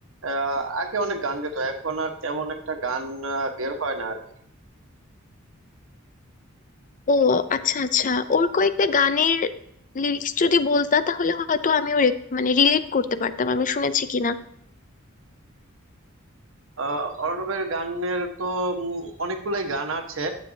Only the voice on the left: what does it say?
ও আচ্ছা আচ্ছা ওর কয়েকটা গানের লিরিক্স যদি বলতা তাহলে হয়তো আমিও রে- মানে রিলেট করতে পারতাম আমি শুনেছি কিনা